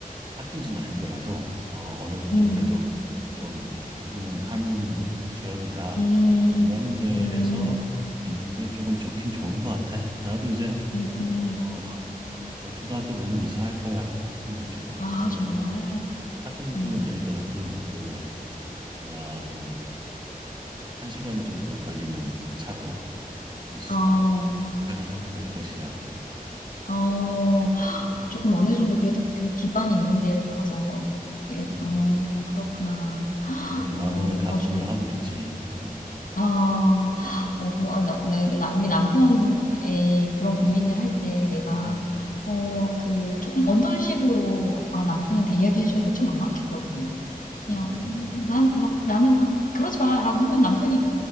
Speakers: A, on the right; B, on the left.
A: 학군지는 아니더라도, 어, 어느 정도
B: 음,
A: 그래도 좀 공부는 하는 지역이다.
B: 음,
A: 어, 이런 데에서
B: 음,
A: 있는 게 조금 좋긴 좋은 것 같아. 나도 이제,
B: 음.
A: 어, 애 초등학교 되면 이사할 거야. 학군지 쪽으로.
B: 아,
A: 그러면
B: 정말.
A: 이제 학군지
B: 음.
A: 쪽은 아니더라도 그, 아마 그, 한 시간 정도 걸리는 차로 고속도로를
B: 어,
A: 하게 될 것이야.
B: 어,
A: 음.
B: 조금 어느 정도 그래도 그 기반이 있는 데를 가서, 예,
A: 음,
B: 어,
A: 음,
B: 그렇구나.
A: 음,
B: <gasps>
A: 음. 그런 마음을
B: 어,
A: 각오를
B: 어, 좀,
A: 하고 있지. 어.
B: 아,
A: 음,
B: 어, 고마워. 나, 나, 나, 우리 남편의 그런 고민을
A: 음,
B: 할 때 내가,
A: 음,
B: 어,
A: 음,
B: 그, 조금 어떤 식으로, 아, 남편한테 이야기해줘야 돼. 좀 막막했거든.
A: 음,
B: 그냥,
A: 음,
B: 음,
A: 음, 음,
B: 난,
A: 음.
B: 막, 나는, 아, 그러지 마. 라고 하면 남편이